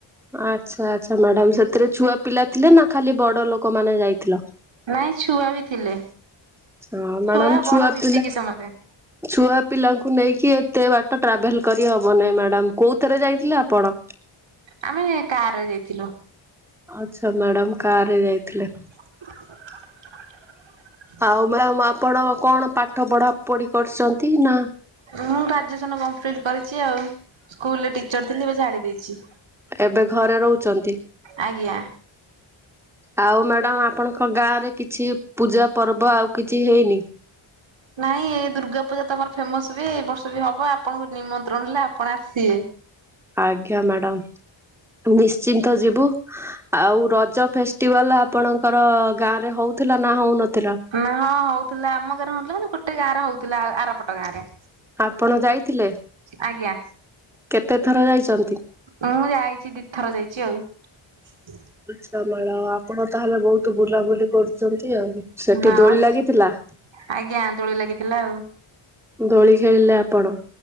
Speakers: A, in the centre; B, on the right.
A: ଆଚ୍ଛା ଆଚ୍ଛା ମ୍ୟାଡାାମ୍ ସେଥିରେ ଛୁଆ ପିଲା ଥିଲେ ନା ଖାଲି ବଡ଼ ଲୋକମାନେ ଯାଇଥିଲ?
B: ନାଇଁ ଛୁଆ ବି ଥିଲେ
A: ହଁ ମ୍ୟାଡାମ
B: ଛୁଆ ବଡ଼
A: ପିଲା
B: ମିଶିକି ସମସ୍ତେ।
A: ଛୁଆ ପିଲାଙ୍କୁ ନେଇକି ଏତେ ବାଟ ଟ୍ରାଭେଲ୍ କରି ହବନେଇଁ ମ୍ୟାଡ଼ାମ୍ କୋଉ ଥେରେ ଯାଇଥିଲେ ଆପଣ?
B: ଆମେ କାର୍ ରେ ଯାଇଥିଲୁ।
A: ଆଚ୍ଛା ମ୍ୟାଡ଼ାମ୍ କାର୍ ରେ ଯାଇଥିଲେ।
B: <unintelligible>
A: ଆଉ ଆପଣ କଣ ପାଠ ପଢା ପଢି କରିଛନ୍ତି ନା
B: ମୁଁ ଗ୍ରାଜୁଏସନ କମ୍ପ୍ଲିଟ କରିଛି ଆଉ ସ୍କୁଲରେ ଟିଚର ଥିଲି ଏବେ ଛାଡି ଦେଇଛି।
A: ଏବେ ଘରେ ରହୁଛନ୍ତି।
B: ଆଜ୍ଞା।
A: ଆଉ ମ୍ୟାଡ଼ାମ ଆପଣଙ୍କ ଗାଁ ରେ କିଛି ପୂଜା ପର୍ବ ଆଉ କିଛି ହେଇନି।
B: ନାଇଁ ଏ ଦୁର୍ଗାପୂଜା ତମର ଫେମସ ବି ଏଇ ବର୍ଷ ବି ହବ ଆପଣଙ୍କୁ ନିମନ୍ତ୍ରଣ ହେଲେ ଆପଣ ଆସିବେ।
A: ଆଜ୍ଞା ମ୍ୟାଡାମ ନିଶ୍ଚିନ୍ତ ଯିବୁ। ଆଉ ରଜ ଫେଷ୍ଟିଭାଲ ଆପଣଙ୍କର ଗାଁ ରେ ହଉଥିଲା ନା ହଉନଥିଲା।
B: ନା ହଁ ହଉଥିଲା ଆମ ଗାଁରେ ହଉ ନଥିଲା ଗୋଟେ ଗାଁରେ ହଉଥିଲା ଆରପଟ ଗାଁ ରେ।
A: ଆପଣ ଯାଇଥିଲେ
B: ଆଜ୍ଞା।
A: କେତେ ଥର ଯାଇଛନ୍ତି।
B: ମୁଁ ଯାଇଛି ଦି ଥର ଯାଇଛି ଆଉ। <inaudible>
A: ଆଛା ମ୍ୟାଡ଼ମ ଆପଣ ତାହେଲେ ବହୁତ ବୁଲାବୁଲି କରୁ ଚନ୍ତି ଆଉ ସେଠି
B: ହଁ।
A: ଦୋଳି ଲାଗିଥିଲା।
B: ଆଜ୍ଞା ଦୋଳି ଲାଗିଥିଲା ଆଉ।
A: ଦୋଳି ଖେଳିଲେ ଆପଣ।